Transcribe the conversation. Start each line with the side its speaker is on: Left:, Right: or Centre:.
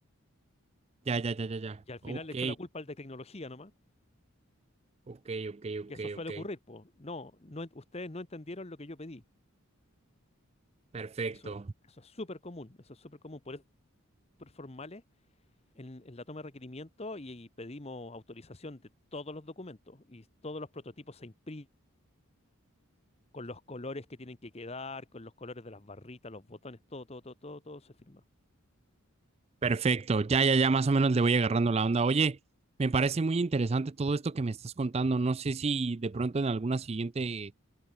Right: Ya, ya, ya, ya, ya.
Left: Y al
Right: Ok.
Left: final le echó la culpa al de tecnología nomás,
Right: Ok, ok, ok,
Left: que eso suele
Right: ok.
Left: ocurrir, pues. No, no, en- ustedes no entendieron lo que yo pedí.
Right: Perfecto,
Left: Eso, eso es súper común, eso es súper común. Por eso, súper formales en, en la toma de requerimiento y, y pedimos autorización de todos los documentos y todos los prototipos se imprimen con los colores que tienen que quedar, con los colores de las barritas, los botones, todo, todo, todo, todo, todo se firma.
Right: perfecto. Ya, ya, ya, más o menos le voy agarrando la onda. Oye, me parece muy interesante todo esto que me estás contando. No sé si de pronto en alguna siguiente